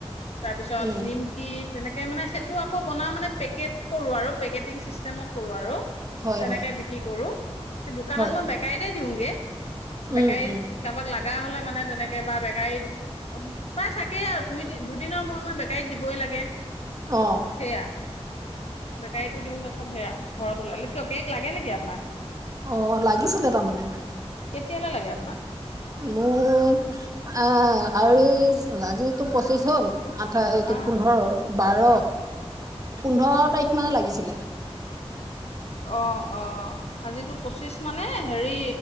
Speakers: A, on the left (about 70°); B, on the right (about 35°).
A: তাৰপিছত
B: উম
A: নিমকি তেনেকে মানে টো আকৌ বনাও মানে পেকেট কৰো আৰু পেকেটিং চিষ্টেমত কৰো আৰু।
B: হয়
A: তেনেকে
B: হয়
A: বিক্ৰী কৰো সেই দোকানত
B: হয়
A: মই বেকাই দ কি ৰুংগে? বেকাৰী
B: উম উম
A: কাবাক লাগ বেয়া হ'লে মানে তেনে কাৰোবা বেকাৰীত প্ৰায় থাকেই আৰু দুই দুদিনৰ ময় মই বেকাৰীত দিবই লাগে।
B: অহ
A: সেয়া বেকাৰীতো দিও তাৰপছতেয়া ঘৰত ওলালে কিয় কেক লাগে নেকি আপোনাক
B: অ লাগিছিলে তাৰমানে
A: কেতিয়ালৈ লাগে আপোনাক
B: মোক আহ আৰু আজিতটো পঁচিছ হ'ল আঠাই
A: অ
B: পোন্ধৰ। বাৰ পোন্ধৰ তাৰিখ মানে লাগিছিলে।
A: অ অ আজিতো পঁচিছ মানে হেৰি